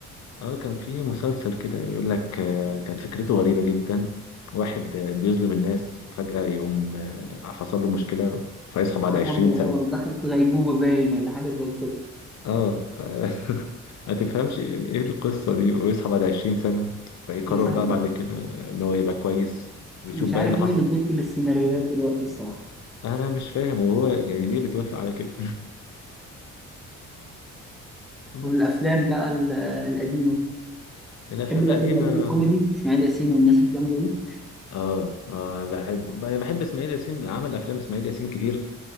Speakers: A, on the left (about 65°); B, in the centre.
A: اه كان في مسلسل كده يقول لك آه، كانت فكرته غريبة جدا واحد آه، بيظلم الناس وفجأة يقوم آه، حصل له مشكلة فيصحى بعد
B: حصل
A: عشرين
B: له
A: سنة
B: غلط دخل في غيبوبة باين ولا حاجة زي كده
A: اه ف... <laughs> ما تفهمش يعني ايه القصة دي ويصحى بعد عشرين سنة فيقرر
B: مش عارف
A: بقى بعد كده ان هو يبقى كويس ويشوف
B: مش
A: بقى
B: عارف
A: إيه اللي حصل
B: مين اللي بيكتب السيناريوهات دلوقتي الصراحة
A: انا مش فاهم هو يعني ليه بتوافق على كده <laughs> بس
B: والأفلام بقى ال- القديمة
A: الافلام
B: بحب الأفلام
A: القديمة
B: القديمة الكوميدي إسماعيل ياسين والناس الجامدة دي
A: اه اه أنا بحب أنا بحب اسماعيل ياسين عمل افلام اسماعيل ياسين كتير في